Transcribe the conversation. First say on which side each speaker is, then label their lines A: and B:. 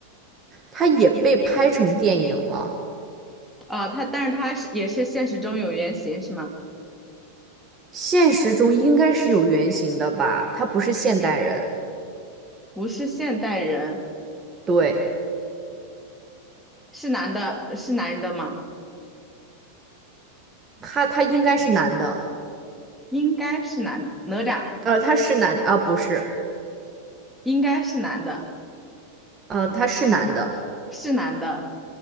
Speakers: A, on the right (about 25°); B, in the centre.
A: 它也被拍成电影了。
B: 啊，他但是他是也是现实中有原型是吗？
A: 现实中应该是有原型的吧？他不是现代人，
B: 不是现代人，
A: 对，
B: 是男的，是男人的吗？
A: 他他应该是男的，
B: 应该是男的，哪吒
A: 呃，他是男啊，不是，
B: 应该是男的，
A: 呃，他是男的，
B: 是男的，